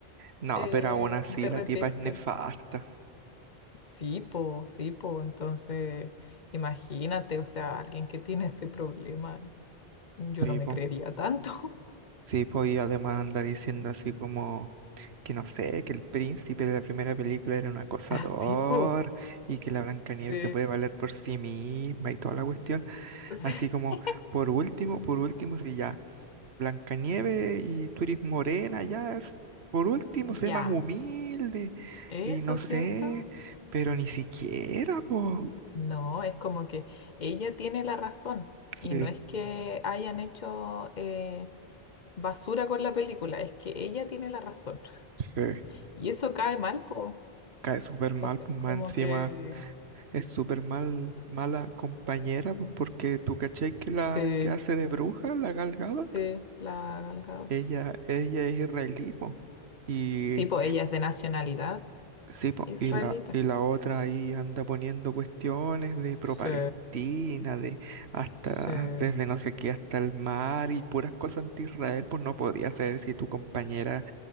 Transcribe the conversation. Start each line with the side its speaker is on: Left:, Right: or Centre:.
Right: No,
Left: eh,
Right: pero aún así
Left: de
Right: la
Left: repente.
Right: tipa es nefasta.
Left: Sí, po, sí, po, entonces imagínate, o sea, alguien que tiene ese problema, yo
Right: Tipo.
Left: no me creería tanto.
Right: Sí, pues y además anda diciendo así como que no sé, que el príncipe de la primera película era un acosador
Left: <laughs> Así, po,
Right: y que la Blancanieves
Left: sí,
Right: se puede valer por sí misma y toda la cuestión.
Left: <laughs>
Right: Así como,
Left: sí.
Right: por último, por último, si ya Blancanieves y tú eres morena, ya es, por último, sé
Left: Ya,
Right: más humilde
Left: eso,
Right: y no sé,
Left: ¿cierto?
Right: pero ni siquiera, pues.
Left: No, es como que ella tiene la razón y
Right: Sí,
Left: no es que hayan hecho eh, basura con la película, es que ella tiene la razón
Right: sí,
Left: <laughs> y eso cae mal, po.
Right: cae súper mal,
Left: Entonces,
Right: pues
Left: como
Right: más encima.
Left: que
Right: Es súper mal, mala compañera, pues porque tú cachai que la
Left: sí,
Right: que hace de bruja, la Gal Gadot,
Left: sí, la Gal Gadot.
Right: ella, ella es israelí, po. Y
Left: Sí, pues ella es de nacionalidad
Right: sí, po,
Left: israelita.
Right: y la, y la otra ahí anda poniendo cuestiones de pro-Palestina,
Left: Sí,
Right: de hasta,
Left: sí,
Right: desde no sé qué hasta el mar y puras cosas anti-Israel, pues no podía ser si tu compañera